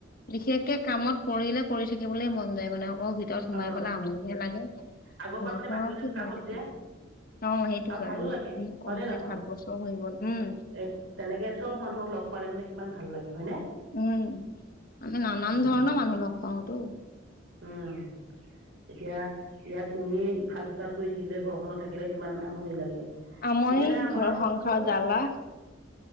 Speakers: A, on the left (about 50°); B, on the right (about 70°).
A: বিশেষ মই কৰিলে কৰি থাকিবলৈ মন যায় মানে ঘৰৰ ভিতৰত সোমাই
B: অঁ
A: পেলাই আমনিহে লাগে।
B: আগৰ
A: ঘৰতনো
B: পৰা মানে বাহিৰতে
A: আৰু কি
B: থকা
A: সোমাই
B: হ'ল
A: থাকিম
B: যে,
A: অ সেইটো
B: আৰু
A: কাৰণে
B: ভালো লাগে
A: উম কমপ্লিট
B: হয়, নে নহয়?
A: সাত বছৰ হৈ গ'ল উম
B: এ, তেনেকৈ চব মানুহ লগ পালে মানে কিমান ভাল লাগে হয়, নে?
A: উম, আমি নানান ধৰণৰ
B: থাকে
A: মানুহ লগ পাওঁতো।
B: উম, এতিয়া ইয়াত এনেই ইফাল, সিফাল কৰি থাকিলে ঘৰখনত থাকিলে কিমান আমনি লাগে।
A: আমনি,
B: সেইকাৰণে আমাৰো
A: ঘৰ সংসাৰ
B: মোৰো
A: জ্বালা